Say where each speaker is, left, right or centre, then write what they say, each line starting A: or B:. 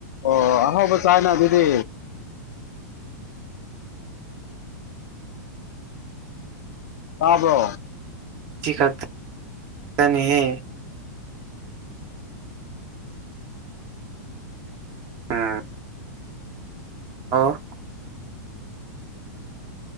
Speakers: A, on the left (about 70°); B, on the right (about 40°).
A: ꯑꯣ ꯑꯍꯥꯎꯕ ꯆꯥꯏꯅ ꯑꯗꯨꯗꯤ ꯇꯥꯕ꯭ꯔꯣ
B: ꯉꯁꯤ ꯈꯛꯅꯤꯍꯦ ꯎꯝ ꯑꯧ